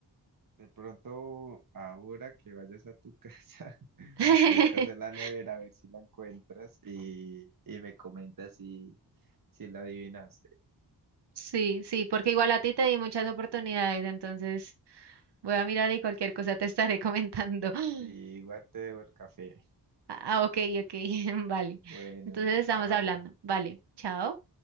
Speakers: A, on the right; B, on the right.
A: De pronto, ahora que vayas a tu casa, <laughs>
B: <laughs>
A: buscas en la nevera a ver si la encuentras y, y me comentas si, si la adivinaste.
B: Sí, sí, porque igual a ti te di muchas oportunidades, entonces voy a mirar y cualquier cosa te estaré comentando. <laughs>
A: Y igual te debo el café.
B: Ah, ok, ok, <laughs> vale.
A: Bueno,
B: Entonces estamos
A: chao.
B: hablando. Vale, chao.